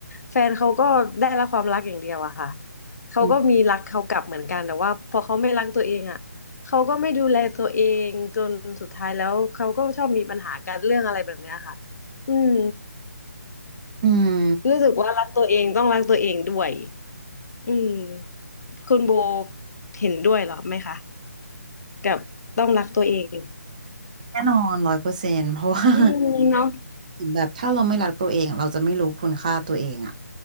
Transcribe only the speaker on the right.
อืม
อืม
แน่นอนร้อยเปอร์เซนต์เพราะว่า <laughs>
เหมือนแบบถ้าเราไม่รักตัวเองเราจะไม่รู้คุณค่าตัวเองอะ